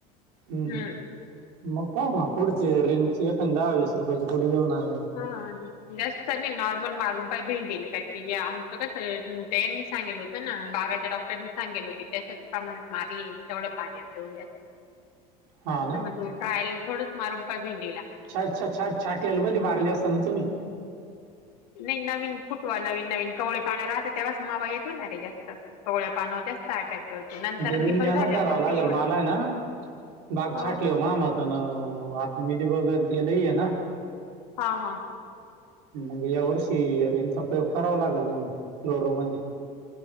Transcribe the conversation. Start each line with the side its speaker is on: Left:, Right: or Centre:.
Right: ह्
Left: हम्म
Right: ह् मग पाव ना पुडचे रण स पं दहाीस रुपयेची पुडी घेऊणार.
Left: हा जास्तनी नॉर्मल मारून पाय भें दिले. आमचं कास मी सांगल होत ना बागाच्या डॉक्टर मी सांगेल होती त्याशाच प्रमाणात मारली तेवढ पाण्या तेव
Right: हा ना
Left: मग त ट्रायल थोडच मारून प भंग
Right: छात छ छात छाटी अलमी मारले असता ना तुम्ही
Left: नाही नवीन फुटवा नवीन नवीन कवळे पाण्या राहते तेव्हाच मावा येतो ना रे जास्त पवळ्या पाना जास्त अटॅक. करतो नंतर
Right: जरींद्यान
Left: निबर झाल्यावर
Right: दरावं
Left: मग
Right: लागेल
Left: नाही एवढं
Right: मलाय ना. बागछाटली
Left: अ
Right: हो मा आमत ना आ मनी बगन लई येे ना.
Left: हा हा.
Right: मग या वर्षी ररेंचा कराव लागेल मग फ्लोरू म <inaudible>